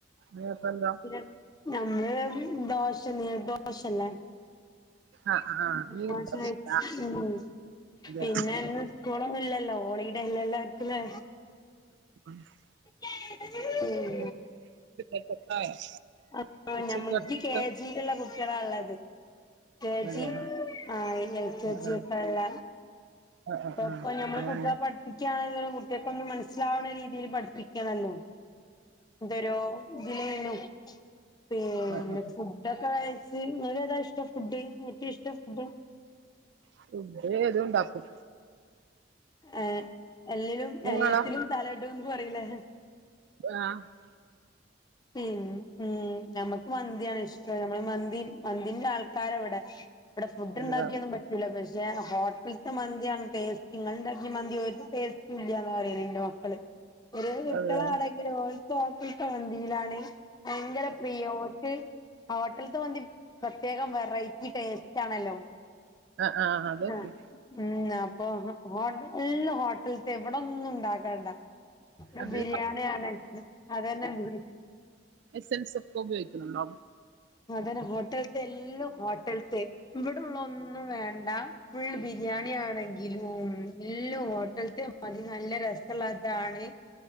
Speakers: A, on the right (about 65°); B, on the left (about 20°).
A: നീയിപ്പ എന്തോ
B: പിന്നെ നമ്മള് ദോശൺ ദോശല്ലേ.
A: ആ ആ നീ
B: മനസ്സിലായി
A: ഉച്ചക്കത്തെ
B: ഉം
A: അതെയോ
B: പിന്നെന്ന് സ്കൂളൊന്നുംല്ലല്ലോ ഓളിടെല്ല എല്ലാവർക്കുലേ
A: <unintelligible>
B: <unintelligible>
A: <unintelligible>
B: ആ
A: ഉച്ചക്കത്തെ
B: ഞാൻ മുൻ കെ ജിയിലുള്ള കുട്ടികളാള്ളത് കെ
A: അതെ.
B: ജി ആ എൽകെജി
A: ആ ആ
B: ഒക്കെള്ള
A: ആ
B: പ്പപ്പ ഞമ്മള്
A: അങ്ങനെ
B: കുട്ട്യേളെ
A: ആ
B: പട് ക്കാണെങ്കിലും കുട്ട്യേക്കൊന്ന് മനസ്സിലാവന്ന രീതിയിൽ പഠിപ്പിക്കണല്ലോ ന്തരോ <unintelligible> പിന്നെ
A: ആ അങ്ങനെ.
B: ഫുഡൊക്കെ കഴച്ച്. ങ്ങക്കേതാ ഇഷ്ടം ഫുഡ് ഇഷ്ട ഫുഡ്.
A: ഫുഡ് ഏതുണ്ടാക്കും.
B: ഏ എല്ലും
A: നിങ്ങളോ
B: എല്ലാത്തിലും തലടും പറയിലേ?
A: <unintelligible>
B: പിന്നെ ഉം നമ്മക്ക് മന്തിയാണ് ഇഷ്ടം നമ്മള് മന്തി മന്തിന്റെ ആൾക്കാര ഇവിടെ വടെ ഫുഡ്ണ്ടാക്കിയന്നും
A: അതെയോ
B: പ പക്ഷെ ഹോട്ടൽത്തെ മന്തിയാണ് ടേസ്റ്റ് ങ്ങള് ണ്ടാക്കിയ മന്തി ഒര് ടേസ്റ്റുല്ല പറയ്ണണ്ട് മക്കള് ഒരു കട്ട്യേളാണെങ്കിലും
A: അതെയോ
B: ഓൽക്ക് ഹോട്ടൽത്തെ മന്തിയിലാണ് ഭയങ്കര പ്രിയ ഓട്ട് ഹോട്ടൽത്തെ മന്തി പ്രത്യേകം വെറൈറ്റി ടേസ്റ്റ് ആണല്ലോ
A: അ ആ അതൊക്കും.
B: ആഹ് ഉം അപ്പൊ ഹോ എല്ല ഹോട്ടല്ത്തെവിടൊന്നുണ്ടാക്കണ്ട
A: അത്
B: ബിരിയാണിയാണ് അതന്നെണ്ട്
A: എസൻസൊക്കെ ഉപയോഗിക്ക്ണ് ണ്ടോ?
B: അതന്നെ ഹോട്ടൽത്തെല്ലും ഹോട്ടൽത്തെ ഇവിടെള്ളന്നും വേണ്ട. ഫുൾ ബിരിയാണി ആണെങ്കിലും എല്ലാം ഹോട്ടലത്തെ മതി നല്ല രസള്ളതാണ്